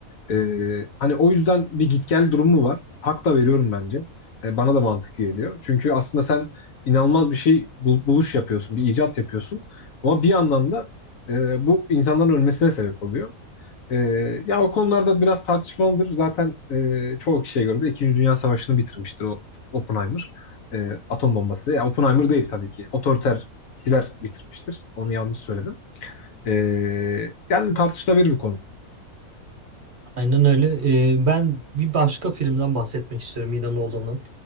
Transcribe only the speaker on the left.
Ee, hani o yüzden bir git gel durumu var. Hak da veriyorum bence. Ee, bana da mantıklı geliyor. Çünkü aslında sen inanılmaz bir şey bul- buluş yapıyorsun, bir icat yapıyorsun. Ama bir yandan da e, bu insanların ölmesine sebep oluyor. Ee, ya o konularda biraz tartışmalıdır. Zaten e, çoğu kişiye göre de İkinci Dünya Savaşı'nı bitirmiştir o Oppenheimer. Ee, atom bombası. Ya Oppenheimer değil tabii ki. Otoriter kişiler bitirmiştir. Onu yanlış söyledim. Ee, yani tartışılabilir bir konu.